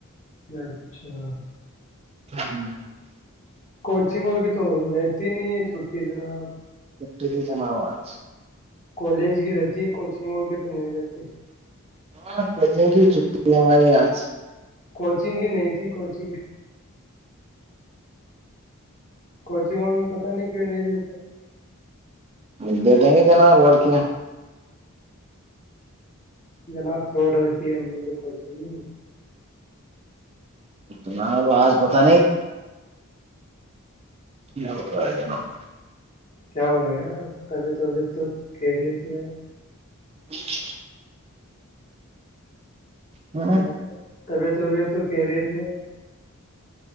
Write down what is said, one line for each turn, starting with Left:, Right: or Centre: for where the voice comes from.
Left: اچھا
Right: ہوں
Left: کوچنگوں کی تو رہتی نہیں ہے چھٹی جناب
Right: ایک ت جم آوج <unintelligible>
Left: کالج کی رہتی ہے کوچنگ ہو کے تو نہیں رہتی <unintelligible>
Right: ہاں کچن کی چھٹی ہماری آج <unintelligible>
Left: کوچنگ کی نہیں تھی کوچنگ <unintelligible> کوچنگ و میں پتہ نہیں کی نہیں دیتے <unintelligible>
Right: ا دے دیں گ جناب اور کیا <unintelligible>
Left: جناب چھوٹ کے ہم نے تو کھ ہی نہیں <unintelligible>
Right: اتنا اب آج پت نہیں <unintelligible> ج ہو رہ ج ن <unintelligible>
Left: کیا ہوا ہیں تبھیتبھی تو کہہ رہی ہے ت <unintelligible>
Right: جی <unintelligible> جناب
Left: ج <unintelligible> طبیعت وبیعت تو کہہ رہیت میں <unintelligible>